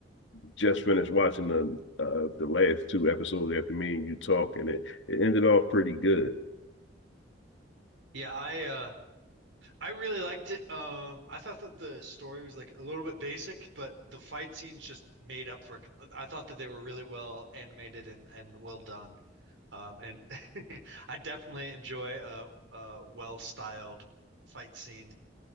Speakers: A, on the left; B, on the right.
A: just finished watching the uh, the last two episodes after me and you talk, and It it ended off pretty good.
B: Yeah, I uh I really liked it. Um I thought that the story was like a little bit basic, but the fight scenes just made up for it. com- I thought that they were really well animated and and well done. Um and <laughs> I definitely enjoy a a well-styled fight scene.